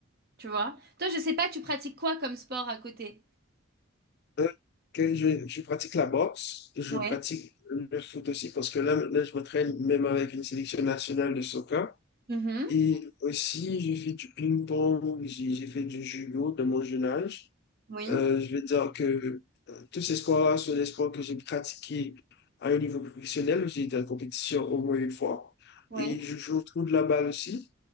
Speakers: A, on the right (about 50°); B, on the left (about 55°).
A: Tu vois? Toi, je sais pas, tu pratiques quoi comme sport à côté?
B: Hein, que je, je pratique la boxe, je
A: Ouais.
B: pratique le foot aussi, parce que là, maintenant, je m'entraîne même avec une sélection nationale de soccer.
A: Mhm.
B: Et aussi, j'ai fait du ping-pong, j'ai j'ai fait du judo de mon jeune âge.
A: Oui,
B: Euh, je veux dire que euh, tous ces sports-là sont des sports que j'ai pratiqués à un niveau professionnel. J'ai été en compétition au moins une fois.
A: oui.
B: Et je joue au trou de la balle aussi,